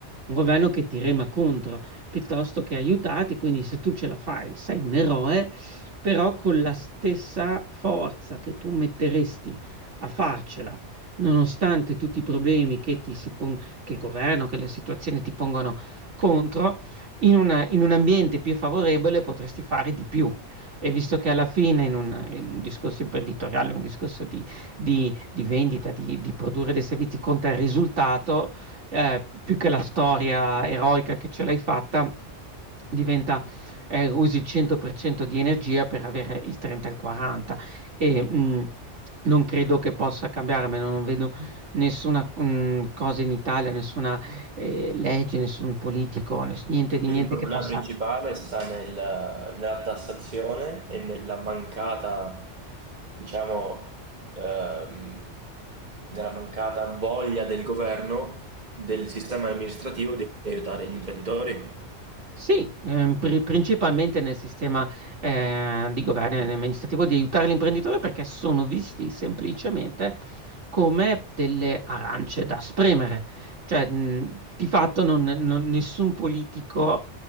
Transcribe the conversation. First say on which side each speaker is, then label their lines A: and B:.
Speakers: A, on the right; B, on the right.
A: un governo che ti rema contro piuttosto che aiutati, quindi se tu ce la fai, sei un eroe, però con la stessa forza che tu metteresti a farcela, nonostante tutti i problemi che, ti si pon- che il governo, che le situazioni ti pongono contro, in, una- in un ambiente più favorevole potresti fare di più. E visto che alla fine in un, in un discorso imprenditoriale, un discorso di, di- di vendita, di, di produrre dei servizi, conta il risultato, eh, più che la storia eroica che ce l'hai fatta, diventa, eh, usi il 100% di energia per avere il 30 e il 40. E, mh, non credo che possa cambiare, a meno non vedo nessuna mh, cosa in Italia, nessuna eh, legge, nessun politico, ness- niente di
B: Quindi
A: niente
B: il problema
A: che possa
B: principale sta nel- nella tassazione e nella mancata, diciamo, ehm, nella mancata voglia del governo, del sistema amministrativo di aiutare gli imprenditori.
A: Sì, ehm, pri- principalmente nel sistema eh, di governo e nel sistema amministrativo di aiutare l'imprenditore perché sono visti semplicemente come delle arance da spremere. Cioè, mh, di fatto non- non- nessun politico